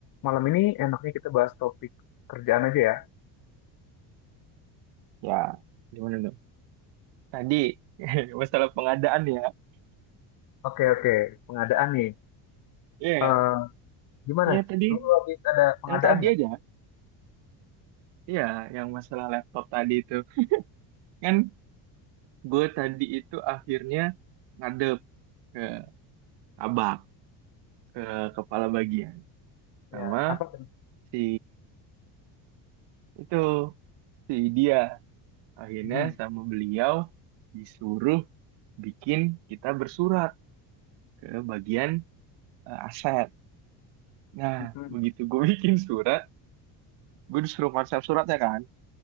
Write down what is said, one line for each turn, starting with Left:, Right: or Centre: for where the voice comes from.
Left: Malam ini enaknya kita bahas topik kerjaan aja ya.
Right: Ya, gimana dong? Tadi <laughs> masalah pengadaan ya.
Left: Oke, oke. Pengadaan nih.
Right: Iya,
Left: Eh, gimana?
Right: ya tadi
Left: Lu habis ada pengadaan
Right: yang tadi
Left: nggak?
Right: aja. Iya, yang masalah laptop tadi itu. Kan gue tadi itu akhirnya ngadep ke abak, ke kepala bagian sama
Left: Ya, apa tuh?
Right: si itu si dia akhirnya
Left: Mm-mm.
Right: sama beliau disuruh bikin kita bersurat ke bagian eh, aset. Nah,
Left: Mm-mm.
Right: begitu gue <laughs> bikin surat, gue disuruh konsep suratnya kan.